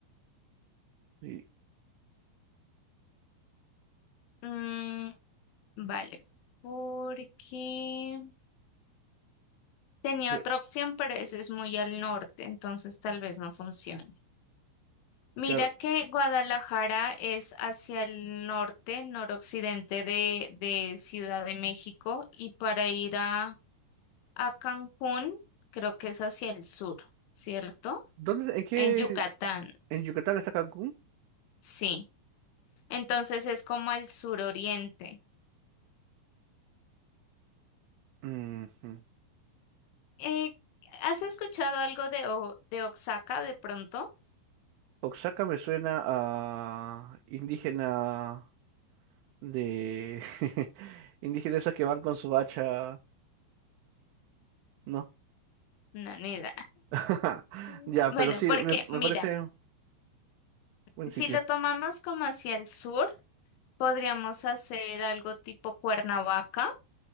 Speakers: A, on the right (about 85°); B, on the left (about 85°).
A: sí,
B: Mm, vale, porque Tenía
A: ve-
B: otra opción, pero eso es muy al norte, entonces tal vez no funcione. Mira
A: claro.
B: que Guadalajara es hacia el norte, noroccidente de, de Ciudad de México, y para ir a, a Cancún, creo que es hacia el sur, ¿cierto?
A: ¿Dónde, en qué,
B: En Yucatán,
A: en Yucatán está Cancún?
B: sí. Entonces es como al suroriente.
A: Ujú.
B: Eh, ¿has escuchado algo de, O- de Oaxaca de pronto?
A: Oaxaca me suena a indígena de <laughs> indígenas esos que van con su hacha, ¿no?
B: No, ni idea.
A: <laughs>
B: <laughs>
A: Ya,
B: Bueno,
A: pero sí,
B: porque
A: me, me
B: mira.
A: parece buen
B: Si
A: sitio.
B: lo tomamos como hacia el sur, podríamos hacer algo tipo Cuernavaca